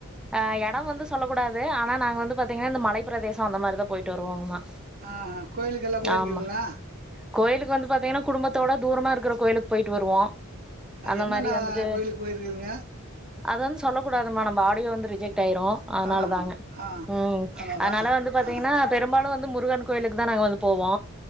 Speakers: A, in the centre; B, on the right.
A: ஆ எடோ வந்து சொல்லக்கூடாது ஆனா நாங்க வந்து பாத்தீங்கன்னா இந்த மலை பிரதேசோ அந்த மாரி தா போயிட்டு வருவோங்கமா
B: ஆஹா கோயிலுக்கெல்லா போயிருக்கீங்களா
A: ஆமா கோயிலுக்கு வந்து பாத்தீங்கன்னா குடும்பத்தோட தூரமா இருக்குற கோயிலுக்கு போயிட்டு வருவோ அந்த
B: என்னென்ன
A: மாரி வந்துட்டு
B: கோயிலுக்கு போயிருக்குறீங்க
A: அது வந்து சொல்ல கூடாதுமா நம்ப ஆடியோ வந்து ரிஜெக்ட் ஆயிரும் அதனாலதாங்க
B: ஆஹா ஆ
A: ம்
B: ஆமாவா
A: அதனால வந்து பாத்தீங்கன்னா
B: ஆ
A: பெரும்பாலும் ந்து முருகன் கோயிலுக்கு தா நாங்க வந்து போவோ